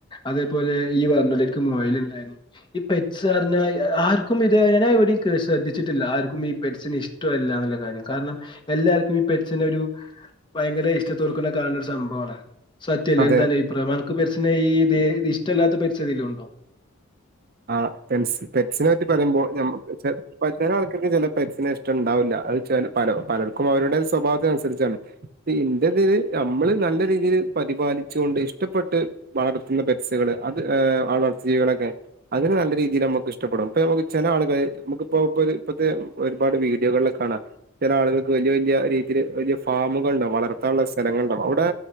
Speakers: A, on the left (about 20°); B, on the right (about 45°).
A: അതേപോലെ യ്യ് പറഞ്ഞില്ലേ ക്ക് മൊയൽ ഉണ്ടായിരുന്നു ഈ പെറ്റ്സ് പറഞ്ഞ ആർക്കും ഇത് ഞാൻ എവിടെയും കേ ശ്രദ്ധിച്ചിട്ടില്ല ആർക്കും ഈ പെറ്റ്സിന് ഇഷ്ടം ഇഷ് ടല്ലാ എന്നുള്ള കാര്യം കാരണം എല്ലാർക്കും ഈ പെറ്റ്സിനെ ഒരു ഭയങ്കര ഇഷ്ടത്തോട്ക്കണ കാണണ ഒരു സംഭവമാണ് സത്യല്ലേ
B: അതെ.
A: എന്താണ് അന്റെ അഭിപ്രായം അണക്ക് പെറ്റ്സിന ഈ ദെ ഇഷ്ടല്ലാത്ത പെറ്റ്സ് ഏതേലും ഉണ്ടോ
B: ആ പെൻ പെൻസിനെ പറ്റി പറയുമ്പോൾ നമുക് <unintelligible> ആൾക്കാക്ക് ചെല പെറ്റ്സിനെ ഇഷ്ട ണ്ടാവുല്ല അത് ചെലോ പലപലർക്കും അവരുടെ സ്വഭാവത്തിന് അനുസരിച്ചാണ് ഇൻ്റെതില് നമ്മള് നല്ല രീതിയിൽ പരിപാലിച്ചോണ്ട് ഇഷ്ടപ്പെട്ട് വളർത്തുന്ന പെറ്റ് സുകള് അത് വളർത്തികളൊക്കെ അതിന് നല്ല രീതിയിൽ നമുക്ക് ഇഷ്ടപ്പെടും ഇപ്പ ചെല ആളുകൾ നമുക്ക്പ്പോ ഇപ്പോരു ഇപ്പത്തെ ഒരുപാട് വീഡിയോകളില് കാണാം ചെല ആളുകൾക്ക് വല്ല്യ വല്ല്യ രീതിൽ വല്ല്യ ഫാമുകുകള് ഉണ്ടാവും വളർത്താള്ള സ്ഥലങ്ങളുണ്ടാകും അവിടെ